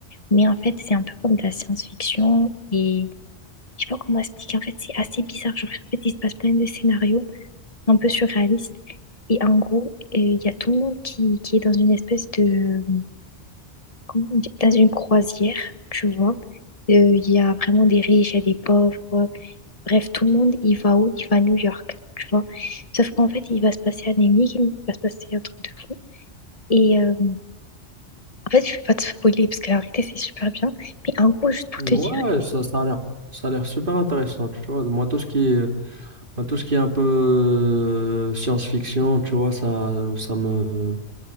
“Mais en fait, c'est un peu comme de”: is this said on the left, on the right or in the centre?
Left